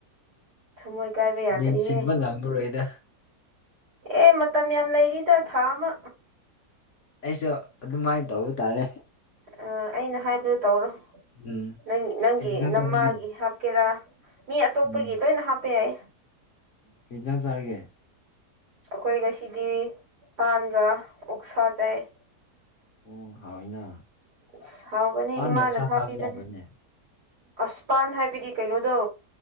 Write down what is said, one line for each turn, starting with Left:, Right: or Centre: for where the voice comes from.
Right: ꯊꯃꯣꯏ ꯀꯥꯏꯕ ꯌꯥꯗ꯭ꯔꯤꯍꯦ
Left: ꯃꯦꯟꯁꯤꯟꯕ ꯉꯝꯃꯔꯣꯏꯗ
Right: ꯑꯦ ꯃꯇꯝ ꯌꯥꯝ ꯂꯩꯔꯤꯗ ꯊꯥ ꯑꯃ
Left: ꯑꯩꯁꯨ ꯑꯗꯨꯃꯥꯏꯅ ꯇꯧꯕ ꯇꯥꯔꯦ
Right: ꯑ ꯑꯩꯅ ꯍꯥꯏꯕꯗꯨ ꯇꯧꯔꯣ
Left: ꯎꯝ
Right: ꯅꯪ ꯅꯪꯒꯤ
Left: ꯀꯩ ꯏꯟꯖꯥꯡ
Right: ꯅꯃꯥꯒꯤ
Left: ꯆꯥꯔꯒꯦ
Right: ꯍꯥꯞꯀꯦꯔꯥ ꯃꯤ ꯑꯇꯣꯞꯄꯒꯤ
Left: ꯎꯝ
Right: ꯂꯣꯏꯅ ꯍꯥꯞꯄ ꯌꯥꯏ
Left: ꯀꯩ ꯏꯟꯁꯥꯡ ꯆꯥꯔꯒꯦ
Right: ꯑꯩꯈꯣꯏ ꯉꯁꯤꯗꯤ ꯄꯥꯟꯒ ꯑꯣꯛꯁꯥ ꯆꯥꯌꯦ
Left: ꯑꯣ ꯍꯥꯎꯋꯤꯅ
Right: ꯑꯁ ꯍꯥꯎꯕꯅꯦ
Left: ꯄꯥꯟꯒ
Right: ꯏꯃꯥꯅ
Left: ꯑꯣꯛꯁꯥ
Right: ꯊꯥꯕꯤꯕꯅꯦ
Left: ꯆꯥꯕ ꯌꯥꯕ꯭ꯔꯥꯅꯦ
Right: ꯑꯁ ꯄꯥꯟ ꯍꯥꯏꯕꯗꯤ ꯀꯩꯅꯣꯗꯣ